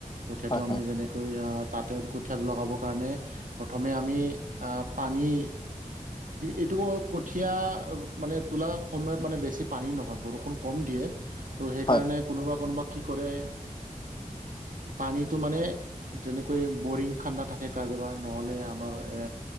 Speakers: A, on the right (about 70°); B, on the left (about 35°).
A: কঠিয়াটো
B: হয়
A: আমি
B: হয়
A: যেনেকৈ আহ তাতে কঠীয়া লগাবৰ কাৰণে, প্ৰথমে আমি পানী এইটো, কঠীয়া মানে তোলা সময়ত মানে বেছি পানী নহয়, বৰষুণ কম দিয়ে, ত' সেইকাৰণে
B: হয়
A: কোনোবা কোনোবা কি কৰে, পানীটো মানে যেনেকৈ বৰিং খান্ডা থাকে কাৰোবাৰ, নহ'লে আমাৰ এ,